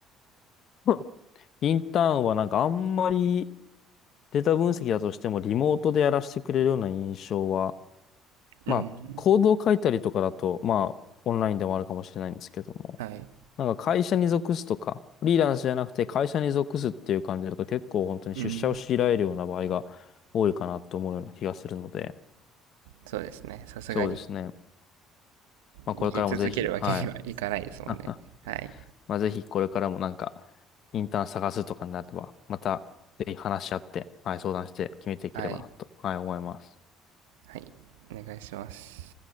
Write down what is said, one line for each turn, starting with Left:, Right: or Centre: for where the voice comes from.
Left: <laughs> うんインターンはなんかあんまりデータ分析だとしてもリモートでやらせてくれるような印象は、
Right: うん。
Left: まあコードを書いたりとかだと、まあオンラインでもあるかもしれないんですけども、
Right: はい。
Left: なんか会社に属すとか、フリーランスじゃなくて会社に属すっていう感じだと結構本当に出社を強いられるような場合が多いかなと思うような気がするので、
Right: うん。そうですね。さすがに
Left: そうですね。まあこれからもぜひ、
Right: 逃げ続けるわけにはいかないですもんね。
Left: はい。<laughs>
Right: はい。
Left: まあぜひこれからもなんか、インターン探すとかになれば、またぜひ話し合って、はい、相談して決めていければなと、
Right: はい。
Left: はい、思います。
Right: はい。お願いします。